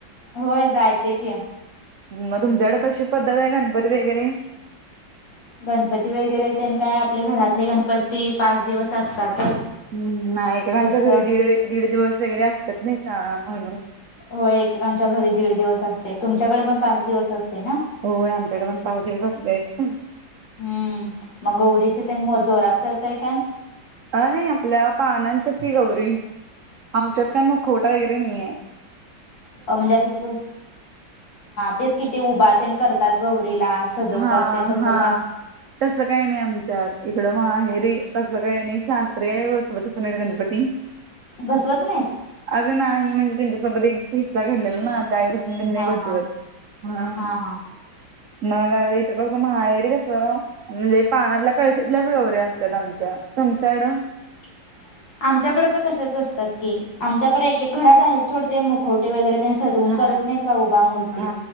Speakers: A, on the left; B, on the right.
A: होय जायते की.
B: म तुमच्याकड कशी पद्धत आहे गणपती वगैरे.
A: गणपती वगैरे तेन काय आपले घरातले गणपती पाच दिवस असतातच.
B: ह् नाही एक -एकांच्या
A: तस
B: घरी दीड- दीड दिवस वगैरे असत्यात नाही, काळा म्हणून.
A: हो एकेकांच्या घरी दीड दिवस असतय, तुमच्याकडे पण पाच दिवस असतय ना?
B: होय आमच्याकड पण पाच दिवस असतंयच
A: हम्म, मग गौरीच ते जोरात करताय काय?
B: अ, हे आपल पाहनांच्या की गौरी. आमच्यात काय मुखवटा वगैरे नाहीयेय
A: अ, म्हणजे असं तो, तेच की तो उभा तेन करतात गौरीला सजवतात
B: हा,
A: ते तसं
B: हा.
A: काय
B: तसं काय नाही आमच्यात, इकडं माहेरी तसं काय नाही सासरे आहे बसवतचं नाही गणपती.
A: बसवत नाहीत?
B: अगं नाही म्हणजे त्यांच्यासोबत एक हिस्सा घडलेला ना त्यावेळे पासून तेनी नाही
A: हा
B: बसवत
A: हा
B: ह.
A: हा हा
B: मग आता इथं कसं माहेरी कसं म्हणजे पाण्यातल्या कळशीतल्या गवऱ्या असतात आमच्या. तुमच्याकडं
A: <inaudible> आमच्याकडे पण तसेच असतात की आमच्याकडे एकेक घरात आहेत सोड ते मुखवटे वगैरे तेन सजवून
B: हा
A: करत नाहीत का उभा मूर्ती.
B: हा